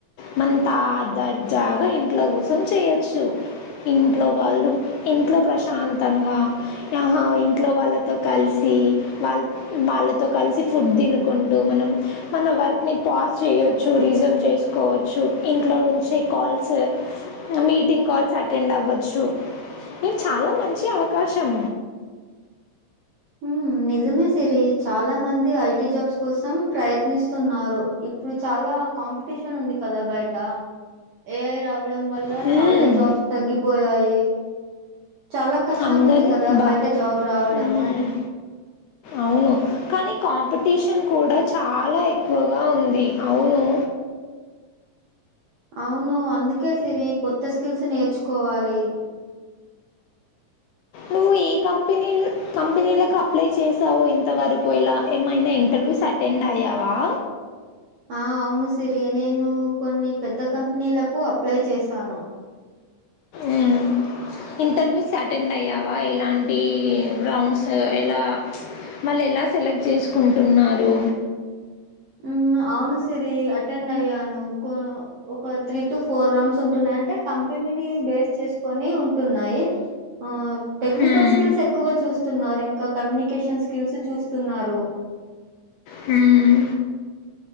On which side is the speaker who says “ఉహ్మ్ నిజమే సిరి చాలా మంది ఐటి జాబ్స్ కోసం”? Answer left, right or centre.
Right